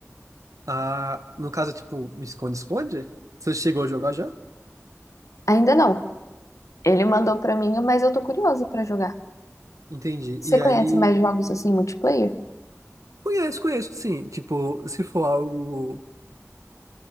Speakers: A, on the right; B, on the left.
A: ah, no caso, tipo, me esconde-esconde? Você chegou a jogar já?
B: Ainda não. Ele mandou pra mim, mas eu tô curiosa pra jogar.
A: Entendi.
B: Você
A: E
B: conhece
A: aí.
B: mais jogos assim, multiplayer?
A: Conheço, conheço, sim. Tipo, se for algo